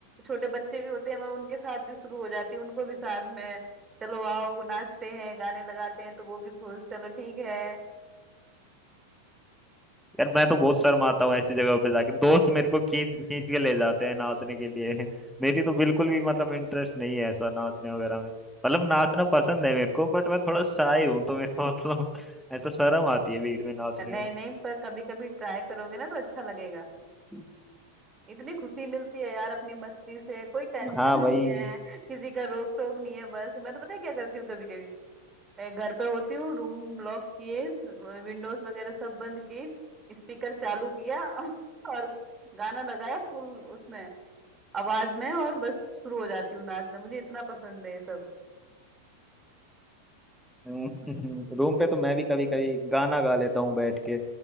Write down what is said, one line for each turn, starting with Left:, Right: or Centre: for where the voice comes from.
Right: छोटे बच्चे भी होते हैं मैं उनके साथ भी शुरू हो जाती हूँ उनको भी साथ में चलो आओ नाचते हैं गाने लगाते हैं तो वो भी खुश चलो ठीक है
Centre: यार मैं तो बहुत शर्म आता हूँ ऐसी जगहों पे जाके दोस्त मेरे को खींच खींच के ले जाते हैं नाचने के लिए <laughs> मेरी तो बिल्कुल भी मतलब इंटरेस्ट नहीं है ऐसा नाचने वगैरह में मतलब नाचना पसंद है मेरे को बट मैं थोड़ा शाय हूँ तो मेरे को मतलब ऐसा शर्म आती है भीड़ में नाचने
Right: नहीं नहीं पर कभी कभी ट्राई करोगे ना तो अच्छा लगेगा
Centre: में
Right: इतनी खुशी मिलती है यार अपनी मस्ती से कोई टेंशन
Centre: हाँ वही
Right: नहीं है किसी का रोक टोक नहीं है बस मैं तो पता है क्या करती हूँ कभी कभी मैं घर पे होती हूँ रूम लॉक किए विंडोज वगैरह सब बंद किए स्पीकर चालू किया <laughs> और गाना लगाया फुल उसमें आवाज में और बस शुरू हो जाती हूँ नाचना मुझे इतना पसंद है ये सब
Centre: हम्म, <laughs> रूम पे तो मैं भी कभी कभी गाना गा लेता हूँ बैठ के